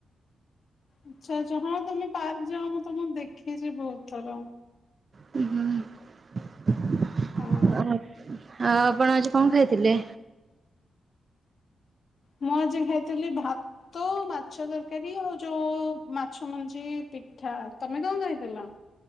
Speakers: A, on the left; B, on the right.
A: ଆଚ୍ଛା-ଆଚ୍ଛା ହଁ ତମେ ପାର୍କ ଯାଅ ମୁଁ ତମକୁ ଦେଖିଚି ବହୁତ୍ ଥର।
B: ହୁଁ <unintelligible>
A: ହଁ
B: ଆଉ ଆପଣ ଆଜି କଣ ଖାଇଥିଲେ?
A: ମୁଁ ଆଜି ଖାଇଥିଲି ଭା ତ ମାଛ ତରକାରୀ ଆଉ ଯୋଉ ମାଛ ମଞ୍ଜି ପିଠା, ତମେ କଣ ଖାଇଥେଲ?